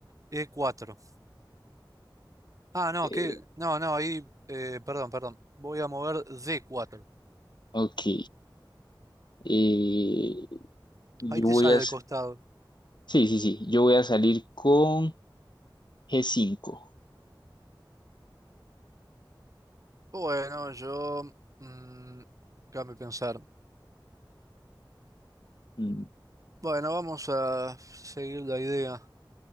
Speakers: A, on the right (about 40°); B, on the left (about 65°).
A: e cuatro Ah, no,
B: Eh,
A: que... No, no, ahí... eh, perdón, perdón. Voy a mover d cuatro
B: ok, eh, yo
A: Ahí te
B: voy
A: sale
B: a, s-
A: al costado.
B: sí, sí, sí, yo voy a salir con G5.
A: Bueno, yo... mm, déjame pensar.
B: Mm,
A: Bueno, vamos a seguir la idea.